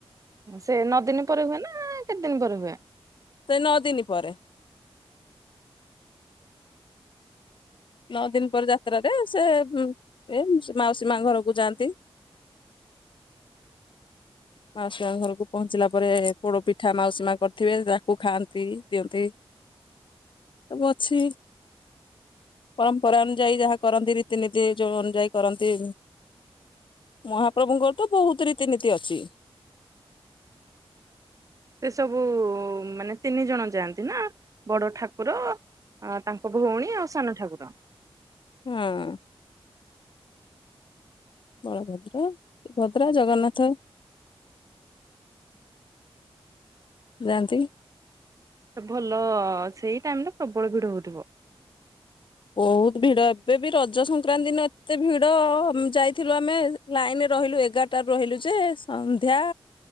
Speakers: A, on the right; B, on the left.
A: ସେ ନଅ ଦିନ ପରେ ହୁଏ ନା କେତେ ଦିନ ପରେ ହୁଏ?
B: ସେ ନଅ ଦିନି ପରେ। ନଅ ଦିନ ପରେ ଯାତ୍ରାରେ ସେ ଏ ମାଉସୀ ମା ଘରକୁ ଯାଆନ୍ତି ମାଉସୀ ମା ଘରକୁ ପହଞ୍ଚିଲା ପରେ ପୋଡ ପିଠା ମାଉସୀ ମା କରିଥିବେ ତାକୁ ଖାଆନ୍ତି ଦିଅନ୍ତି। ଆଉ ଅଛି ପରମ୍ପରା ଅନୁଯାୟୀ ଯାହା କରନ୍ତି ରୀତିନୀତି ଏ ଯୋଉ ଅନୁଯାୟୀ କରନ୍ତି ମହାପ୍ରଭୁଙ୍କର ତ ବହୁତ ରୀତିନୀତି ଅଛି।
A: ସେ ସବୁ ମାନେ ତିନି ଜଣ ଯାଆନ୍ତି ନା ବଡ ଠାକୁର ତାଙ୍କ ଭଉଣୀ ଆଉ ସାନ ଠାକୁର
B: ହଁ। ବଳଭଦ୍ର, ସୁଭଦ୍ରା, ଜଗନ୍ନାଥ। ଯାନ୍ତି।
A: ଭଲ ସେଇ ଟାଇମରେ ପ୍ରବଳ ଭିଡ ହଉଥିବ।
B: ବହୁତ ଭିଡ ଏବେ ବି ରଜ ସଂକ୍ରାନ୍ତି ଦିନ ଏତେ ଭିଡ ଯାଇଥିଲୁ ଆମେ। ଲାଇନରେ ରହିଲୁ ଏଗାରଟାରୁ ରହିଲୁ ଯେ ସନ୍ଧ୍ୟା